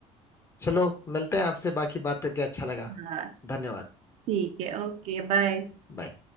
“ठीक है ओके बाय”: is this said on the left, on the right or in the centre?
Right